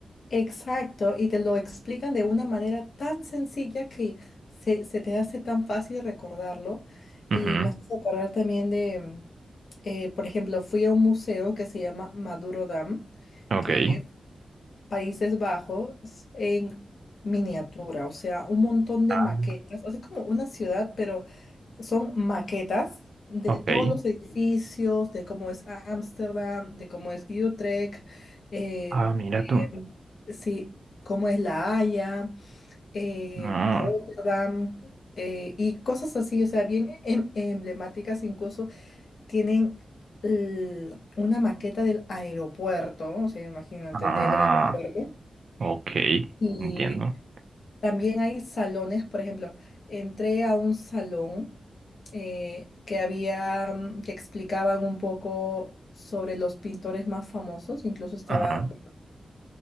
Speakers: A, on the left; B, on the right.
A: Exacto, y te lo explican de una manera tan sencilla que se, se te hace tan fácil recordarlo. Y
B: Ujú,
A: me hace acordar también de, eh, por ejemplo, fui a un museo que se llama Maduro Dam,
B: Ok.
A: que Países Bajos en miniatura, o sea, un montón de
B: Ah,
A: maquetas, o sea, es como una ciudad, pero son maquetas de
B: ok.
A: todos los edificios, de cómo es Ámsterdam, de cómo es Utrecht, eh,
B: Ah, mira
A: de
B: tú.
A: sí, cómo es La Haya, eh,
B: Ah,
A: Rotterdam, eh, y cosas así, o sea, bien em- emblemáticas, incluso tienen el- una maqueta del aeropuerto, o sea, imagínate,
B: ah,
A: del aeropuerto.
B: ok.
A: Y
B: Entiendo.
A: también hay salones, por ejemplo, entré a un salón eh, que había, mm, que explicaban un poco sobre los pintores más famosos, incluso estaba...
B: Ajá,